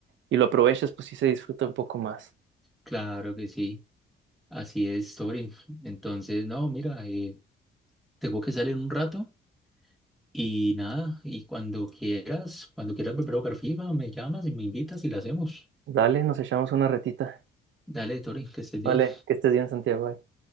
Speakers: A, on the right; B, in the centre.
A: y lo aprovechas, pues sí se disfruta un poco más.
B: Claro que sí, así es, Torin. Entonces, no, mira, eh, tengo que salir un rato. Y nada, y cuando quieras, cuando quieras volver a jugar FIFA, me llamas y me invitas y la hacemos.
A: Dale, nos echamos una retita.
B: Dale, Tori, que estés bien.
A: Dale, que estés bien, Santiago. bye.